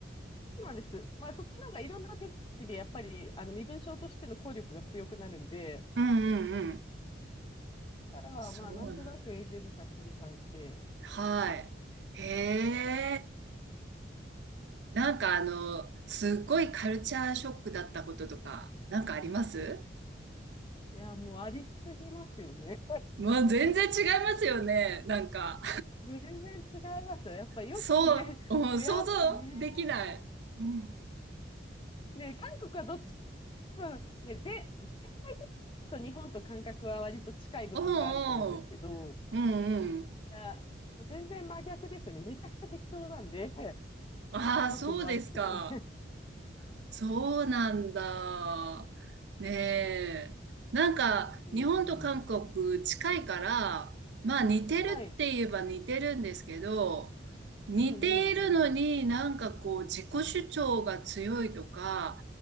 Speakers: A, on the left (about 25°); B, on the right (about 70°).
A: そうなんです。まあ、そっちの方がいろんな手続きで、やっぱり、あの、身分証としての効力が強くなるんで、
B: うんうんうん。
A: だから、
B: そうなんだ。
A: まあ、なんとなく永住ビザ切り替えて、
B: はい。へえ。なんかあの、すっごいカルチャーショックだったこととか、なんかあります
A: いや、もうありすぎますよね。
B: まあ、全然違いますよね。なんか、
A: 全然違いますよ。やっぱよくね、
B: そう、うん、
A: もうやっぱね、
B: 想像できない。うん。
A: ね、韓国はどっちか、ね、ぜ、世界的と日本と感覚は割と近い部分があると思うんですけど、
B: うんうん。
A: い
B: うんうん。
A: や、もう全然真逆ですよね。めちゃくちゃ適当なんで。
B: ああ、
A: 良くも悪くもね。
B: そうですか。そうなんだ。ねえ。なんか、
A: うん。
B: 日本と韓国近いから、まあ似てるって言えば似てるんですけど、
A: はい。
B: 似ているのになんかこう自己主張が強いとか、
A: うんうん